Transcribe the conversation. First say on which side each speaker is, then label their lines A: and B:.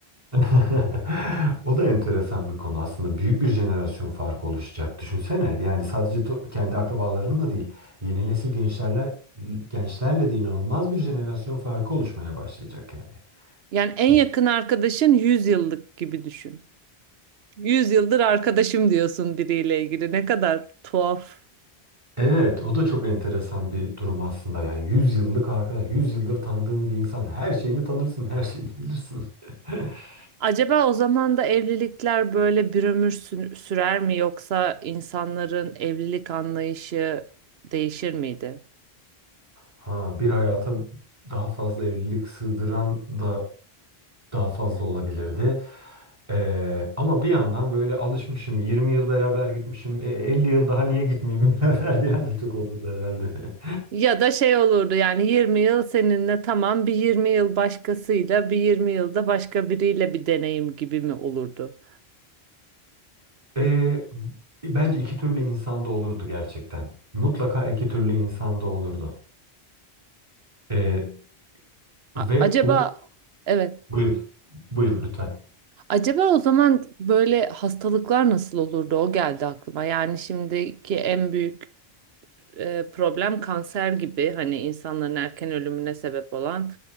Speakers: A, on the right; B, on the right.
A: <laughs> O da enteresan bir konu. Aslında büyük bir jenerasyon farkı oluşacak. Düşünsene. Yani sadece to- kendi akrabalarınla değil, yeni nesil gençlerle gençlerle de inanılmaz bir jenerasyon farkı oluşmaya başlayacak yani.
B: Yani en
A: Aslında.
B: yakın arkadaşın 100 yıllık gibi düşün. 100 yıldır arkadaşım diyorsun biriyle ilgili. Ne kadar tuhaf.
A: Evet, o da çok enteresan bir durum aslında. Yani 100 yıllık arkadaş, 100 yıldır tanıdığın bir insan, her şeyini tanırsın, her şeyini bilirsin. <laughs>
B: Acaba o zaman da evlilikler böyle bir ömür sü- sürer mi yoksa insanların evlilik anlayışı değişir miydi?
A: Ha, bir hayata daha fazla evlilik sığdıran da daha fazla olabilirdi. Ee, ama bir yandan böyle alışmışım, 20 yıl beraber gitmişim, e, 50 yıl daha niye gitmeyeyim <laughs> beraber diyen de çok olurdu herhalde. <laughs>
B: Ya da şey olurdu yani 20 yıl seninle tamam bir 20 yıl başkasıyla bir 20 yılda başka biriyle bir deneyim gibi mi olurdu?
A: Ee, bence iki türlü insan da olurdu gerçekten. Mutlaka iki türlü insan da olurdu. Ee,
B: A-
A: ve
B: acaba
A: bu
B: evet
A: Buyur, buyur lütfen.
B: Acaba o zaman böyle hastalıklar nasıl olurdu? O geldi aklıma. Yani şimdiki en büyük e, problem kanser gibi hani insanların erken ölümüne sebep olan.